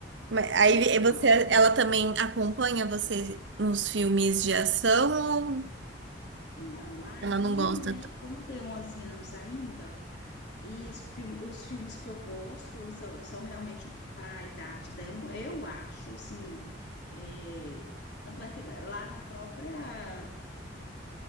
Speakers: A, on the right; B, on the left.
A: Mas aí
B: Então,
A: você, ela também acompanha você nos filmes de ação ou
B: não, aí,
A: ela não gosta
B: né, como tem 11 anos ainda, e os fil- os filmes que eu gosto são, são realmente para a idade dela, eu acho, assim, é, tanto é que lá na própria